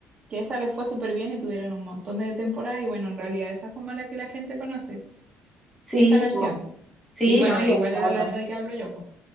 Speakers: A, on the right; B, in the centre.
A: que esa les fue súper bien y tuvieron un montón de temporadas. Y bueno, en realidad esa es como la que la gente conoce,
B: Sí,
A: esa versión.
B: po. Sí,
A: Y bueno,
B: no,
A: e
B: yo
A: igual
B: la
A: era
B: otra.
A: la de que hablo yo, pues.